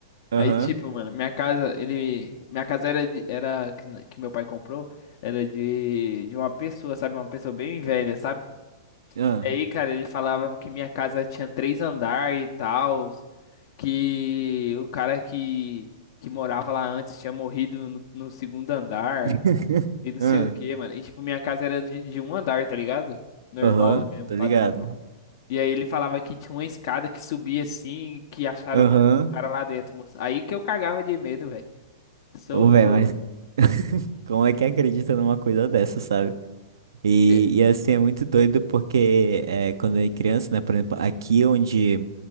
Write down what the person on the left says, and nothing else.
Aí, tipo, mano, minha casa, ele, minha casa era, de, era que, n- que meu pai comprou, era de, de uma pessoa, sabe? Uma pessoa bem velha, sabe?
E aí, cara, ele falava que minha casa tinha três andares e tal, que o cara que, que morava lá antes tinha morrido no, no segundo andar
e não sei
o que, mano. E tipo, minha casa era de, de um andar, tá ligado? Normal
mesmo,
padrão.
E aí ele falava que tinha uma escada que subia assim, que acharam
o corpo do cara lá dentro, moço. Aí que eu cagava de medo, velho. Socorro.
Te-